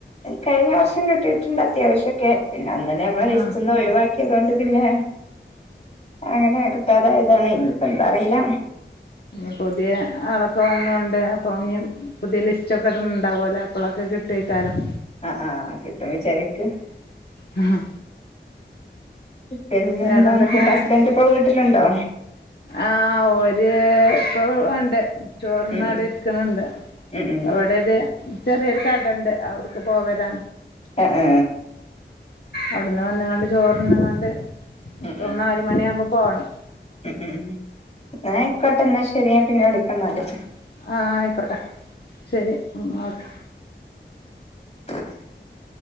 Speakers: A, on the left; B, on the left.
A: കഴിഞ്ഞ വർഷം കിട്ടിട്ടിണ്ട് അത്യാവശ്യം ഒക്കെ പിന്നെ ഒന്നിനെ നമ്മൾ ലിസ്റ്റ്
B: ഉം
A: ന്ന് ഒഴിവാ ക്കി അതുകൊണ്ട് പിന്നെ അങ്ങനെ കിട്ടാതായതാണ് ഇനിപ്പ എന്താ അറിയില
B: ഇനി പുതിയ ആളൊക്കെ വന്നൊണ്ട് അപ്പൊ ഇഞ് പുതിയ ലിസ്റ്റ് ഒക്കെ ഉണ്ടാവുമല്ലൊ അപ്പോഴൊക്കെ കിട്ടുവക്കാരം
A: ആ ആ കിട്ടും വിചാരിക്ക
B: ഉം ഹ്
A: പിന്നെന്താ
B: വേറെന്തൊക്കെണ്ട്
A: അ ന്റെ ഹസ്ബന്റ് ഇപ്പോ വീട്ടിലുണ്ടോ
B: ആ ഓര് ഇപ്പോ ഉണ്ട് ചോർ
A: ഉം
B: ന്നട്ട് ഇരിക്കുന്നുണ്ട്
A: ഉം ഉം ഉം
B: ഇവിട ഒരു ചെറിയൊരു കടു കടണ്ട് അവിടെ പോവലാ
A: ആ ആ
B: അവിടന്ന് വന്നണ്ട് ചോറ്ന്നണ്ട്
A: ഉം
B: ഇപ്പൊ
A: ഉം
B: ഒന്ന് നാൽ മണി ആകുമ്പോ പോകണം
A: ഉം ഉം ന്നാ അയ്ക്കോട്ടെ എന്നാ ശരി ഞാൻ പിന്നെ വിളിക്കാ എന്നാല്
B: ആ ആ ആയിക്കോട്ടെ ശരി ഓക്കെ
A: <unintelligible>